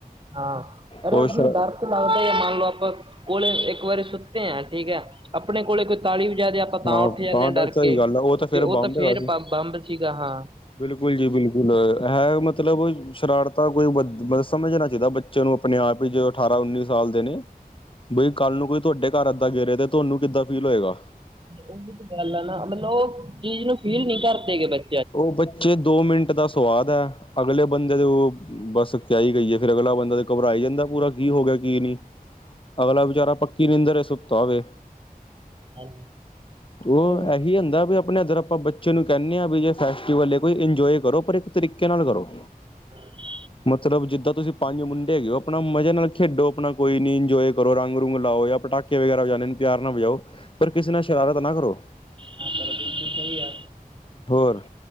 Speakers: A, on the right; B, on the left.
A: ਹਾਂ <unintelligible> ਡਰ
B: ਉਹ
A: ਲੱਗਦਾ
B: ਸ਼ਰਾ
A: ਹੈ ਮੰਨ ਲਓ ਆਪਾ ਕੋਲੇ ਇੱਕ ਵਾਰੀ ਸੁੱਤੇ ਹਾਂ ਠੀਕ ਹੈ ਆਪਣੇ ਕੋਲੇ ਕੋਈ ਤਾਲੀ ਵਜਾ ਦੇ ਆਪ ਆਪਾ ਤਾ
B: ਹਾਂ
A: ਉੱਠ ਜਾਂਦੇ
B: ਤਾਂ
A: ਹਾ ਡਰ
B: ਸਹੀ
A: ਕੇ
B: ਗੱਲ ਹੈ ਫੇਰ
A: ਤੇ ਉਹ
B: ਬੰਬ
A: ਤਾਂ ਫੇਰ
B: ਹੈਗਾ ਸੀ
A: ਬੰਬ ਸੀਗਾ ਹਾ।
B: ਬਿਲਕੁਲ ਜੀ ਬਿਲਕੁਲ ਹੈ ਮਤਲਬ ਸ਼ਰਾਰਤਾ ਕੋਈ ਮਤਲਬ ਸਮਝਣਾ ਚਾਹੀਦਾ ਬੱਚਿਆਂ ਨੂੰ ਆਪਣੇ ਆਪ ਹੀ ਅਠਾਰਾਂ ਉੱਨੀ ਸਾਲ ਦੇ ਨੇ। ਬਈ ਕੱਲ ਨੂੰ ਕੋਈ ਤੁਹਾਡੇ ਘਰ ਏਦਾ ਗੇਹੇ ਤੇ ਤੁਹਾਨੂੰ ਕਿੱਦਾ ਫੀਲ ਹੋਏਗਾ।
A: ਉਹੀ ਤੇ ਗੱਲ ਆ ਨਾ ਮਤਲਬ ਉਹ ਚੀਜ਼ ਨੂੰ ਫੀਲ ਨੀ ਕਰਦੇ ਗਏ ਬੱ
B: ਉਹ ਬੱਚੇ ਦੋ ਮਿੰਟ ਦਾ ਸਵਾਦ ਹੈ ਅਗਲੇ ਬੰਦੇ ਦੇ ਉਹ ਬਸ ਕਿਆ ਹੀ ਕਈਏ ਫੇਰ ਅਗਲਾ ਬੰਦਾ ਤੇ ਘਬਰਾ ਈ ਜਾਂਦਾ ਪੂਰਾ ਕੀ ਹੋ ਗਿਆ ਕੀ ਨੀ। ਅਗਲਾ ਵਿਚਾਰਾ ਪੱਕੀ ਨਿੰਦਰ ਰਹੇ ਸੁੱਤਾ ਵੇ।
A: ਹਾਂਜੀ
B: ਉਹ
A: ਅਰੇ ਹੁਣ ਹਾਂ
B: ਇਹੀ ਹੁੰਦਾ ਵੀ ਆਪਣੇ ਇੱਧਰ ਆਪਾ ਬੱਚੇ ਨੂੰ ਕਹਿਨੇ ਹਾ ਵੀ ਜੇ ਫੈਸਟੀਵਲ ਏ ਕੋਈ ਇੰਜੋਏ ਕਰੋ ਪਰ ਇੱਕ ਤਰੀਕੇ ਨਾਲ ਕਰੋ।
A: ਹੂੰ।
B: ਮਤਲਬ ਜਿੱਦਾ ਤੁਸੀਂ ਪੰਜ ਮੁੰਡੇ ਹੈਗੇ ਹੋ ਆਪਣਾ ਮਜ਼ੇ ਨਾਲ ਖੇਡੋ ਆਪਣਾ ਕੋਈ ਨੀ ਇੰਜੋਏ ਕਰੋ ਰੰਗ ਰੂੰਗ ਲਾਓ ਯਾ ਪਟਾਕੇ ਵਗੈਰਾ ਵਜਾਉਣੇ ਨੇ ਪਿਆਰ ਨਾਲ ਵਜਾਓ ਪਰ ਕਿਸੇ ਨਾਲ ਸ਼ਰਾਰਾਤ ਨਾ ਕਰੋ।
A: ਪਰ ਬਿਲਕੁਲ ਸਹੀ ਆ।
B: ਹੋਰ